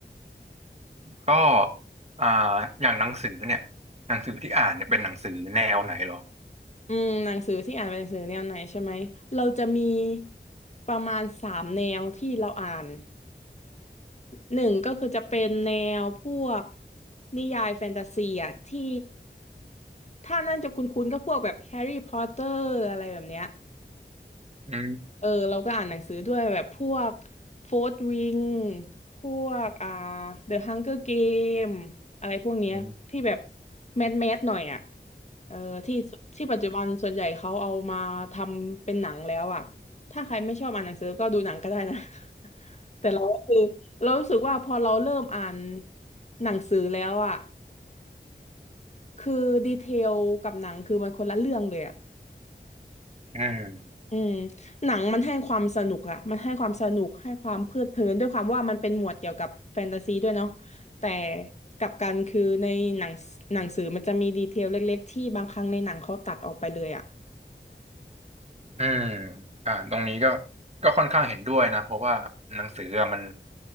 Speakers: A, on the right (about 35°); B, on the left (about 40°).
A: ก็อ่าอย่างหนังสือเนี่ยหนังสือที่อ่านเนี่ยเป็นหนังสือแนวไหนเหรอ
B: อืมหนังสือที่อ่านเป็นหนังสือแนวไหนใช่ไหมเราจะมีประมาณสามแนวที่เราอ่านหนึ่งก็คือจะเป็นแนวพวกนิยายแฟนตาซีอะที่ถ้านั่นจะคุ้นๆก็พวกแบบแฮร์รี่พอตเตอร์อะไรแบบเนี้ย
A: อืม
B: เออเราก็อ่านหนังสือด้วยแบบพวกโฟร์ w วิงพวกอ่าเดอะฮังเกอร์เกมอะไรพวกเนี้ยที่แบบ
A: อืม
B: แมสแมสหน่อยอ่ะเออที่ที่ปัจจุบันส่วนใหญ่เขาเอามาทำเป็นหนังแล้วอ่ะถ้าใครไม่ชอบอ่านหนังสือก็ดูหนังก็ได้นะ <laughs> แต่เราก็คือเรารู้สึกว่าพอเราเริ่มอ่านหนังสือแล้วอ่ะคือดีเทลกับหนังคือมันคนละเรื่องเลยอ่ะ
A: อืม
B: อืมหนังมันให้ความสนุกอะมันให้ความสนุกให้ความเพลิดเพลินด้วยความว่ามันเป็นหมวดเกี่ยวกับแฟนตาซีด้วยเนาะแต่กลับกันคือในหนังหนังสือมันจะมีดีเทลเล็กๆที่บางครั้งในหนังเขาตัดออกไปเลยอะ
A: อืมอ่าตรงนี้ก็ก็ค่อนข้างเห็นด้วยนะเพราะว่าหนังสืออะมัน